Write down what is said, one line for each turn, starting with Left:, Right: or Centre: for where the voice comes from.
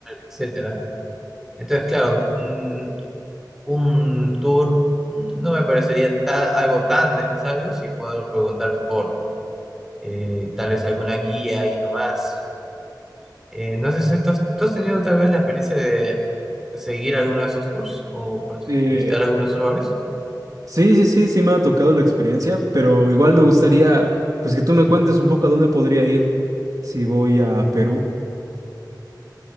Centre: etcétera. Entonces, claro, mm, un tour no me parecería ta- algo tan necesario si puedo preguntar por eh, tal vez alguna guía y no más. Eh, no sé si tú has tú has tenido tal vez la experiencia de seguir alguno de esos tours o partic-
Right: Eh,
Centre: visitar alguno de esos lugares.
Right: sí, sí, sí, sí me ha tocado la experiencia, pero igual me gustaría, pues que tú me cuentes un poco a dónde podría ir si voy a Perú.